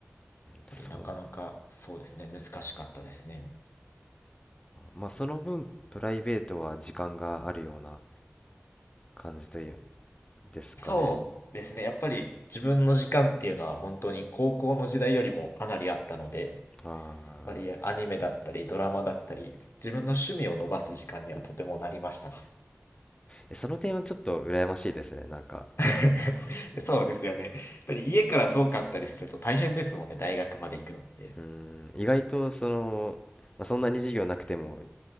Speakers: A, on the left; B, on the left.
A: そう
B: ぱりなかなかそうですね、難しかったですね。
A: まあその分プライベートは時間があるような感じというんですかね。
B: そうですね。やっぱり自分の時間っていうのは本当に高校の時代よりもかなりあったので、やっ
A: まあー
B: ぱりアニメだったりドラマだったり、自分の趣味を伸ばす時間にはとてもなりましたね。
A: えその点はちょっと羨ましいですね。なんか、
B: <laughs> そうですよね。やっぱり家から遠かったりすると大変ですもんね、大学まで行くのって。
A: うーん、意外とその、まあ、そんなに授業なくても